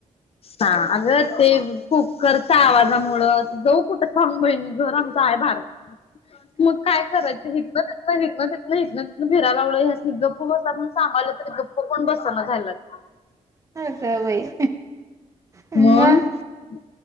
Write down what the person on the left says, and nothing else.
ह अगं ते कुकरचा आवाजामुळ जाऊ कुठं थांब बईन. घर आमच आहे भारत मग काय करायच हितन तिथन हितन तिथन हितन फिराय लागलो ह्यासनी गप्प बसा म्हणून सांगालं तरी गप्प पण बसना झाल्यात.
मंग